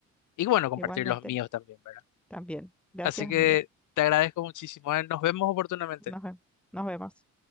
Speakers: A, on the left; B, in the centre.
A: Y bueno, compartir
B: Igualmente,
A: los míos también, ¿verdad?
B: también. Gracias,
A: Así que
B: amigo.
A: te agradezco muchísimo. eh, Nos vemos oportunamente.
B: Nos, ve- nos vemos.